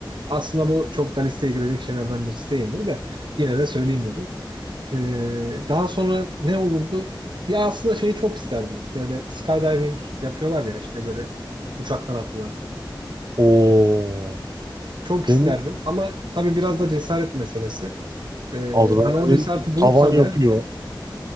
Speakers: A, on the right (about 65°); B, on the right (about 45°).
A: Aslında bu çok da listeye girecek şeylerden birisi değildir de yine de söyleyeyim dedim. Ee, daha sonra ne olurdu? Ya aslında şeyi çok isterdim. Böyle skydiving yapıyorlar ya işte böyle uçaktan atlıyorlar.
B: Oo,
A: Çok
B: benim
A: isterdim ama tabii biraz da cesaret meselesi. Ee,
B: adrenalin
A: hani o cesareti bulursam
B: tavan yapıyor.
A: eğer